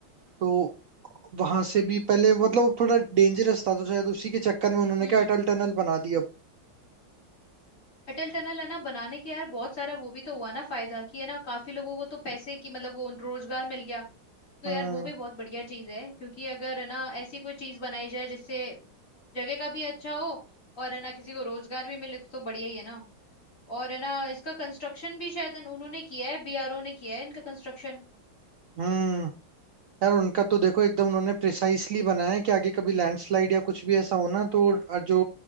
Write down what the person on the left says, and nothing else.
हम्म
अटल टनल है ना बनाने के यार बहुत सारा वो भी तो हुआ ना फायदा कि है ना काफी लोगों को तो पैसे की मतलब वो रोजगार मिल गया तो
यार वो भी बहुत बढ़िया चीज है क्योंकि अगर है ना ऐसी कोई चीज बनाई जाए जिससे जगह का भी अच्छा हो और है ना किसी को रोजगार भी मिले तो, तो बढ़िया ही है ना और है ना इसका कंस्ट्रक्शन भी शायद इन- उन्होंने किया है बीआरओ ने किया है इनका कंस्ट्रक्शन